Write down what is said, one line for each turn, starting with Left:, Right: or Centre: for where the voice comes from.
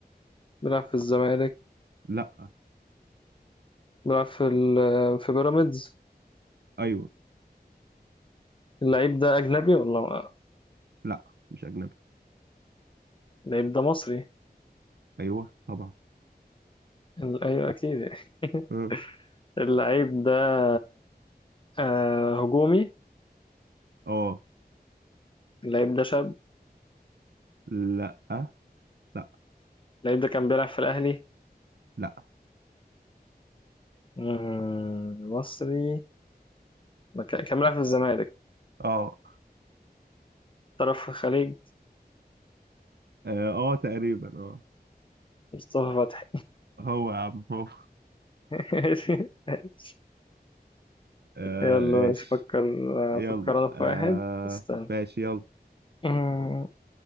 Left: بيلعب في الزمالك
Right: لا
Left: بيلعب في ال آه، في بيراميدز
Right: ايوه
Left: اللعيب ده أجنبي ولا م-
Right: لا مش اجنبي
Left: اللعيب ده مصري؟
Right: ايوه طبعا
Left: ال- أيوة أكيد <laughs>
Right: اه
Left: اللعيب ده آه، هجومي
Right: آه.
Left: اللعيب ده شاب
Right: لا لا
Left: اللعيب ده كان بيلعب في الأهلي
Right: لا
Left: مم، مصري ما كان كان بيلعب في الزمالك
Right: اه
Left: طرف الخليج
Right: اه آه، تقريبا اه
Left: مصطفى فتحي
Right: هو يا عم هو
Left: <laughs> ماشي ماشي.
Right: آه
Left: يلا
Right: ماشي
Left: مش فكر
Right: يلا
Left: فكر انا في
Right: آه
Left: واحد استنى
Right: ماشي يلا
Left: أمم،